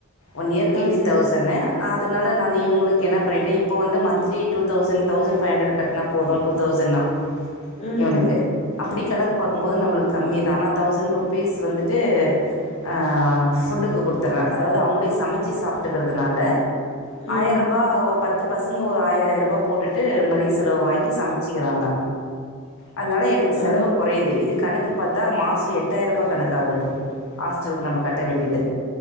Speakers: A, on the left (about 80°); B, on the left (about 30°).
A: ஒன் இயருக்கு
B: ஆ
A: எயிட்டி
B: சேரி
A: தௌசண்ணு அதனால நான் இவுங்களுக்கு என்ன பண்ணிட்டே இப்போ வந்து monthly two thousand thousand five hundred cut னா போது டூ தௌசன்னா
B: ம்
A: இவனுக்கு அப்டி கணக்கு பாக்கும்போது நம்பளுக்கு கம்மி தா ஆனா தௌசண் டு பீஸ் வந்துட்டு அ ஃபுட்டுக்கு குடுத்துற அதாவது அவுங்களே சம ச்சி சாப்ட்டுக்கறதுனால
B: ம்
A: ஆயிர
B: ம்
A: ரூபா ஒரு பத்து பசங்க ஒரு ஆயிராயிர ரூபா போட்டுட்டு மளிக செலவு வாங்கி சமச்சுக்கிறாங்க அதுனால எனக்கு
B: அ
A: செலவு குறையுது இது கணக்கு பாத்தா மாசொ எட்டாயிர ரூபாய் கணக்காகுது ஹாஸ்டலுக்கு நம்ம கட்ட வேண்டியது